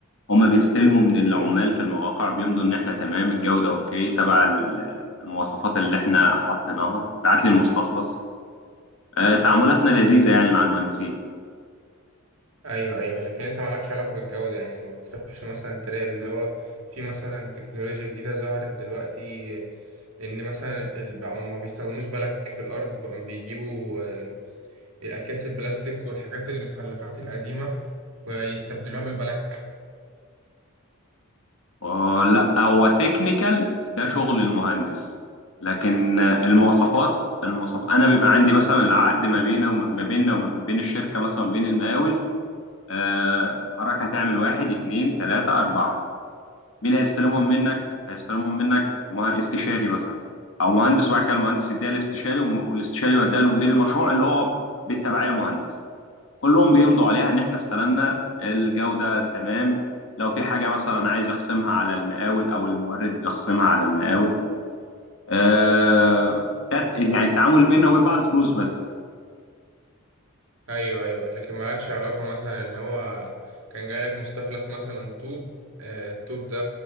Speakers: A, on the left; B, on the right.
A: هما بيستلموا من العمال في المواقع بيمضوا ان احنا تمام الجودة اوكي تبع ال- المواصفات اللي احنا حطيناها بعت لي المستخلص آه، تعاملاتنا لذيذة يعني مع المهندسين
B: ايوه ايوه لكن انت مالكش علاقه بالجوده يعني ما بتروحش مثلا تراقب اللي هو في مثلا تكنولوجيا جديده ظهرت دلوقتي ان مثلا ال- بقوا ما بيستخدموش بلك في الارض بقوا بيجيبوا آه، الاكياس البلاستيك والحاجات المخلفات القديمه ويستبدلوها بالبلك
A: آه، لا هو تكنيكال ده شغل المهندس لكن آه، المواصفات المواصفات انا بيبقى عندي مثلا العقد ما بينه وما بيننا وما بين الشركة مثلا ما بين المقاول آه، حركة تعمل واحد اتنين تلاتة أربعة مين هيستلمهم منك هيستلمهم منك مه- استشاري مثلا او مهندس وبعد كده المهندس يديها الاستشاري والاستشاري يوديها لمدير المشروع اللي هو بالتبعيه مهندس كلهم بيمضوا عليها ان احنا استلمنا الجوده تمام لو في حاجه مثلا عايز يخصمها على المقاول او المورد بيخصمها على المقاول آه كانت- يعني التعامل بيننا وبين بعض فلوس بس
B: ايوه ايوه لكن مالكش علاقه مثلا ان هو كان جايلك مستخلص مثلا طوب آه، الطوب ده